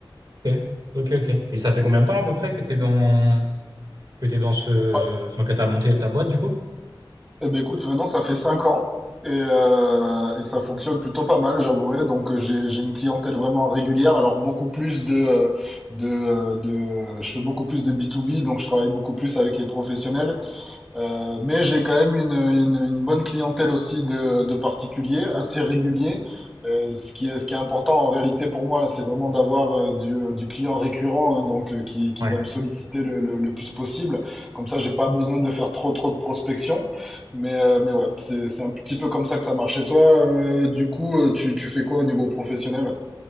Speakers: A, on the right; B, in the centre.
A: Ok, ok, ok. Et ça fait combien de temps à peu près que tu es dans, que t'es dans ce,
B: Ah,
A: enfin, que tu as monté ta boîte du coup?
B: eh ben, écoute, maintenant, ça fait 5 ans et, euh, et ça fonctionne plutôt pas mal, j'avouerai. Donc, euh, j'ai, j'ai une clientèle vraiment régulière. Alors, beaucoup plus de, euh, de, euh, de, je fais beaucoup plus de B2B, donc je travaille beaucoup plus avec les professionnels. Euh, mais j'ai quand même une, une- une bonne clientèle aussi de, de particuliers, assez réguliers. Euh, ce qui est, ce qui est important en réalité pour moi, c'est vraiment d'avoir euh, du, euh, du client récurrent, hein, donc euh, qui, qui
A: Ouais.
B: va me solliciter le, le- le plus possible. Comme ça, j'ai pas besoin de faire trop trop de prospection. Mais, euh, mais ouais, c'est, c'est un petit peu comme ça que ça marche. Et toi, euh, du coup, euh, tu, tu fais quoi au niveau professionnel?